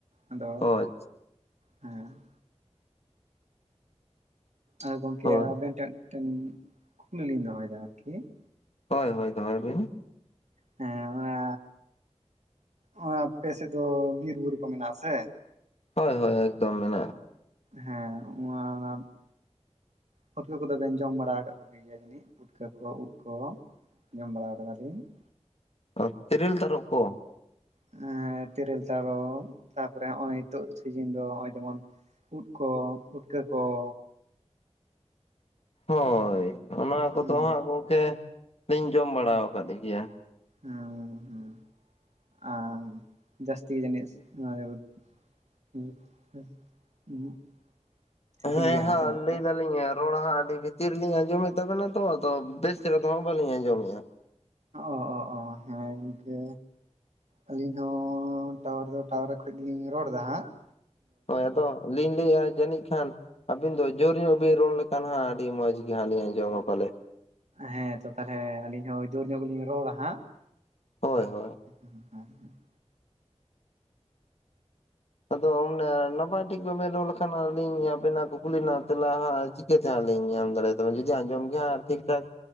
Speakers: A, on the right; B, on the left.
A: ᱟᱫᱚ
B: ᱦᱳᱭ
A: ᱦᱮᱸ ᱾ ᱟ ᱜᱚᱝᱠᱮ
B: ᱦᱳᱭ
A: ᱟᱵᱮᱱ ᱴᱷᱮᱱ ᱢᱤᱫᱮᱱ ᱠᱩᱠᱞᱤ ᱞᱤᱧ ᱫᱚᱦᱚᱭᱮᱫᱟ ᱟᱨᱠᱤ ᱾
B: ᱦᱳᱭ ᱦᱳᱭ ᱫᱚᱦᱚᱭ ᱵᱤᱱ ᱾
A: ᱦᱮᱸ ᱚᱱᱟ ᱦᱚᱸᱭ ᱟᱯᱮ ᱥᱮᱫ ᱫᱚ ᱵᱤᱨ ᱵᱩᱨᱩ ᱠᱚ ᱢᱮᱱᱟᱜᱼᱟ ᱟᱥᱮ!
B: ᱦᱳᱭ ᱦᱳᱭ ᱮᱠᱫᱚᱢ ᱢᱮᱱᱟᱜᱼᱟ ᱾
A: ᱦᱮᱸ <unintelligible> ᱯᱷᱩᱴᱠᱟᱹ ᱠᱚᱫᱚ ᱵᱮᱱ ᱡᱚᱢ ᱵᱟᱲᱟ ᱟᱠᱟᱫ ᱠᱚᱜᱮ ᱜᱮᱭᱟ ᱡᱟᱹᱱᱤᱡ ᱯᱩᱴᱠᱟᱹ ᱠᱚ ᱩᱫ ᱠᱚ! ᱡᱚᱢ ᱵᱟᱲᱟ ᱠᱟᱫᱟ ᱞᱤᱧ ᱾
B: ᱟᱨ ᱛᱨᱮᱞ ᱛᱟᱨᱚᱵᱯ ᱠᱚ ᱾
A: ᱮᱸᱻ ᱛᱮᱨᱮᱞ ᱛᱟᱨᱚᱵ ᱛᱟᱨᱯᱚᱨᱮ ᱦᱚᱜᱼᱚᱭ ᱱᱤᱛᱚᱜ ᱥᱤᱡᱤᱱ ᱫᱚ ᱦᱚᱜ-ᱚᱭ ᱡᱮᱢᱚᱱ ᱩᱫ ᱠᱚ ᱯᱷᱩᱴᱠᱟᱹ ᱠᱚ ᱾
B: ᱦᱳᱭ ᱚᱱᱟ
A: ᱦᱩᱸ
B: ᱠᱚᱫᱚ ᱦᱟᱸᱜ ᱜᱚᱝᱠᱮ ᱞᱤᱧ ᱡᱚᱢ ᱵᱟᱲᱟ ᱟᱠᱟᱫ ᱜᱮᱭᱟ ᱾
A: ᱦᱩᱸ ᱦᱩᱸ ᱟᱨ ᱡᱟᱹᱥᱛᱤ ᱡᱟᱹᱱᱤᱥ ᱱᱚᱣᱟ <unintelligible> ᱥᱤᱵᱤᱞ
B: ᱦᱮᱸ
A: ᱜᱮᱭᱟ
B: ᱦᱟᱸᱜ
A: ᱡᱟᱹᱱᱤᱡ
B: ᱞᱟᱹᱭ
A: ᱠᱷᱟᱱ
B: ᱫᱟᱞᱤᱧ ᱨᱚᱲ ᱦᱟᱸᱜ ᱟᱹᱰᱤ ᱵᱷᱤᱛᱤᱨ ᱨᱮ ᱞᱤᱧ ᱟᱸᱡᱚᱢᱮᱫ ᱛᱟᱵᱮᱱᱟ ᱛᱚ ᱟᱫᱚ ᱵᱮᱥ ᱪᱮᱨᱦᱟ ᱫᱚ ᱵᱟᱞᱤᱧ ᱟᱸᱡᱚᱢᱮᱜᱼᱟ ᱾
A: ᱚ ᱚ ᱚ ᱦᱮᱸ ᱱᱤᱱᱠᱟᱹ ᱟᱹᱞᱤᱧ ᱦᱚᱸ ᱴᱟᱣᱟᱨ ᱫᱚ ᱴᱟᱣᱟᱨ ᱠᱷᱚᱡ ᱜᱮᱞᱤᱧ ᱨᱚᱲ ᱮᱫᱟ ᱦᱟᱸᱜ ᱾
B: ᱦᱳᱭ ᱟᱫᱚ ᱞᱤᱧ ᱞᱟᱹᱭᱮᱜᱼᱟ ᱡᱟᱹᱱᱤᱡ ᱠᱷᱟᱱ ᱟᱹᱵᱤᱱ ᱫᱚ ᱡᱳᱨ ᱧᱚᱜ ᱵᱤᱱ ᱨᱚᱲ ᱞᱮᱠᱷᱟᱱ ᱦᱟᱸᱜ ᱟᱹᱰᱤ ᱢᱚᱡᱽ ᱜᱮ ᱦᱟᱸᱜ ᱞᱤᱧ ᱟᱸᱡᱚᱢᱟ ᱯᱟᱞᱮ ᱾
A: ᱦᱮᱸ ᱛᱚ ᱛᱟᱦᱚᱞᱮ ᱟᱹᱞᱤᱧ ᱦᱚᱸ ᱡᱳᱨ ᱧᱚᱜ ᱜᱮᱞᱤᱧ ᱨᱚᱲᱟ ᱦᱟᱸᱜ ᱾
B: ᱦᱳᱭ ᱦᱳᱭ ᱾
A: <unintelligible>
B: ᱟᱫᱚ ᱚᱢᱱᱮ ᱱᱟᱯᱟᱭ ᱴᱷᱤᱠ ᱵᱟᱵᱮᱱ ᱨᱚᱲ ᱞᱮᱠᱷᱟᱱ ᱟᱹᱞᱤᱧ ᱟᱵᱮᱱᱟᱜ ᱠᱩᱞᱤᱱᱟ ᱛᱮᱞᱟ ᱦᱟᱸᱜ ᱪᱤ ᱪᱤᱠᱟᱹᱛᱮ ᱦᱟᱸᱜ ᱞᱤᱧ ᱮᱢ ᱫᱟᱲᱮᱭᱟ‌ ᱛᱟᱵᱤᱱ ᱡᱩᱫᱤ ᱟᱸᱡᱚᱢ ᱜᱮ ᱦᱟᱸᱜ ᱴᱷᱤᱠ ᱴᱷᱟᱠ